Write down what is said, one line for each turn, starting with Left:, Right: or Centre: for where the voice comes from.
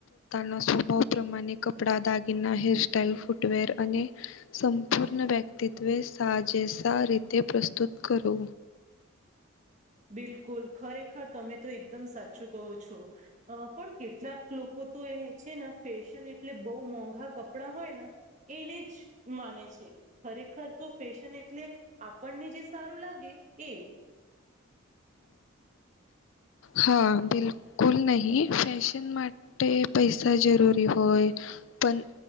Left: ના સ્વભાવ પ્રમાણે કપડા દાગીના હેરસ્ટાઈલ ફૂટવેર અને સંપૂર્ણ વ્યક્તિત્વે સાજેસા રીતે પ્રસ્તુત કરો
Right: બિલકુલ ખરેખર તમે તો એકદમ સાચું કહો છો અ પણ કેટલાક લોકો તો એ છે ને ફેશન એટલે બહુ મોંઘા કપડાં હોય ને એને જ માને છે ખરેખર તો ફેશન એટલે આપણને જે સારું લાગે એ
Left: હા બિલકુલ નહીિ ફેશન માટે પૈસા જરૂરી હોય પણ